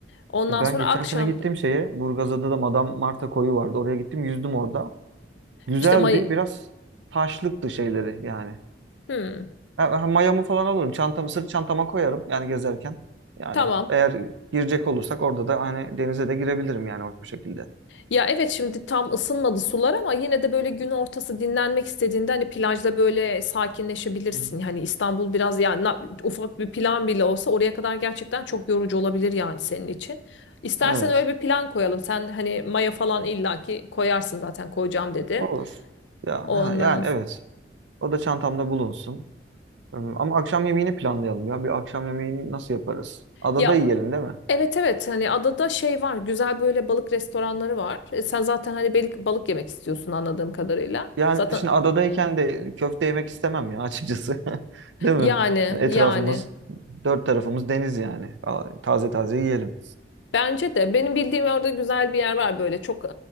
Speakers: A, on the left; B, on the right.
A: Ondan
B: E, Ben
A: sonra
B: geçen
A: akşam
B: sene gittim şeye. Burgazada da Madame Marta koyu vardı. Oraya gittim yüzdüm orada. Güzeldi.
A: işte May...
B: Biraz taşlıktı şeyleri yani.
A: Hmm,
B: Ha, ha, mayamı falan alırım. Çantamı sırt çantama koyarım yani gezerken. Yani
A: tamam.
B: eğer girecek olursak orada da hani denize de girebilirim yani o şekilde.
A: Ya evet şimdi tam ısınmadı sular ama yine de böyle gün ortası dinlenmek istediğinde hani plajda böyle sakinleşebilirsin.
B: Hı hı.
A: Hani İstanbul biraz yani na- ufak bir plan bile olsa oraya kadar gerçekten çok yorucu olabilir yani senin için. İstersen
B: Evet.
A: öyle bir plan koyalım. Sen hani maya falan illaki koyarsın zaten koyacağım dedin.
B: Olur. Ya
A: Ondan
B: ha, yani
A: s-
B: evet. O da çantamda bulunsun. Im, Ama akşam yemeğini planlayalım ya. Bir akşam yemeğini nasıl yaparız? Adada
A: ya
B: yiyelim değil mi?
A: evet evet hani adada şey var güzel böyle balık restoranları var. E, sen zaten hani belik, balık yemek istiyorsun anladığım kadarıyla.
B: Yani
A: Zaten
B: şimdi adadayken de köfte yemek istemem ya açıkçası. <laughs> Değil mi?
A: yani
B: Yani etrafımız,
A: yani.
B: dört tarafımız deniz yani. Aa, Taze taze yiyelim.
A: Bence de benim bildiğim orada güzel bir yer var böyle çok e,